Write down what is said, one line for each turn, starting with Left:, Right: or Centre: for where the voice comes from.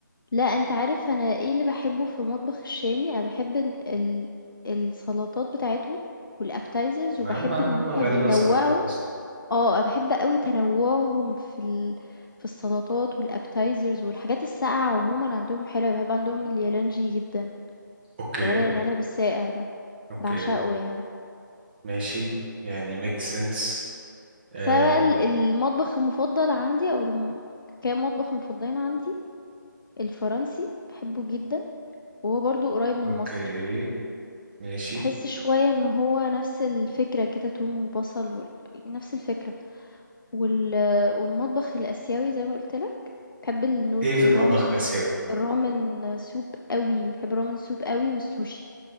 Left: لأ أنت عارف أنا إيه اللي باحبه في المطبخ الشامي، أنا باحب ال ال السلطات بتاعتهم والappetizers وباحب
Right: هم هم
Left: إن هُم
Right: غالبا
Left: بينوّعوا
Right: سلطات أصلا
Left: آه، أنا باحب أوي تنوُّعهم في ال في السلطات والappetizers والحاجات الساقعة عمومًا عندهم حلوة، باحب عندهم اليالنجي جدًا.
Right: أوكي
Left: الورق العنب الساقع ده
Right: أوكي
Left: بعشقه يعني
Right: ماشي يعني ميك سنس آه.
Left: بس انا بقى ال- المطبخ المفضل عندي او الم... كام مطبخ مفضلين عندي الفرنسي بحبه جدا وهو برضو قريب من
Right: أوكي
Left: المصري
Right: ماشي
Left: تحس شوية ان هو نفس الفكرة كده توم وبصل وال... نفس الفكرة وال... والمطبخ الاسيوي زي ما قلت لك بحب النود
Right: إيه في
Left: الرامن
Right: المطبخ الآسيوي
Left: الرامن سوب قوي بحب الرامن سوب قوي والسوشي